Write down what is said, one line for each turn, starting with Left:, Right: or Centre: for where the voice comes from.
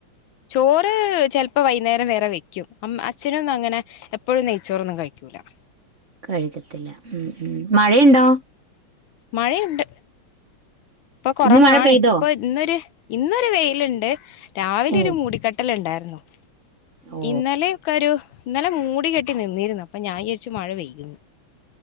Left: ചോറ് ച്ചെലപ്പൊ വൈകുന്നേരം വേറെ വെക്കും അ അച്ഛനൊന്നും അങ്ങനെ എപ്പൊഴും നെയ്ച്ചോറൊന്നും കഴിക്കൂല <unintelligible> ല
Right: കഴിക്കത്തില്ല ഉം മഴയുണ്ടോ?
Left: മഴയുണ്ട് ഇപ്പൊ കൊറവാണ്
Right: ഇന്ന് മഴ പെയ്തോ
Left: ഇപ്പൊ ഇന്നൊരു ഇന്നൊരു വെയിലുണ്ട് രാവിലെ
Right: ഉം
Left: ഒരു മൂടിക്കെ ട്ടലുണ്ടായിരുന്നു
Right: ഓ
Left: ഇന്നലെ ഒക്കെ ഒരു- ഇന്നലെ മൂടി കെട്ടി നിന്നിരുന്നു അപ്പം ഞാൻ വിചാരിച്ച് മഴ പെയ്യുമെന്ന്